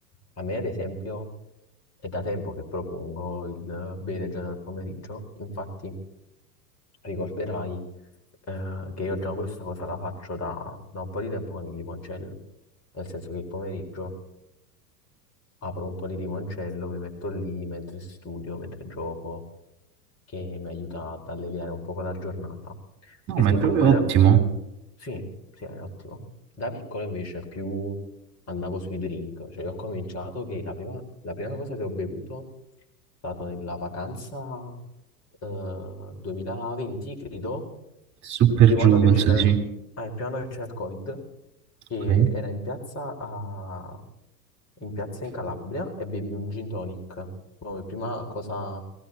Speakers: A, on the left; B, on the right.
A: a me ad esempio è da tempo che propongo il bere già dal pomeriggio, infatti ricorderai eh, che io già questa cosa la faccio da, da un po' di tempo con il limoncello, nel senso che il pomeriggio apro un po' di limoncello, mi metto lì mentre studio, mentre gioco che mi aiuta ad alleviare un poco la giornata.
B: No,
A: Anche
B: ma
A: se
B: è proprio
A: comunque
B: ottimo.
A: da, pi- sì, sì, è ottimo. Da piccolo invece più andavo sui drink, cioè ho cominciato che la prima, la prima cosa che ho bevuto è stato nella vacanza eh, 2020, credo,
B: Super
A: il primo
B: giù,
A: anno che
B: penso
A: c'era
B: di sì.
A: Ah, il piano che c'era il Covid, che
B: Ok.
A: era in piazza, a... in piazza in Calabria e bevi un gin tonic come prima cosa,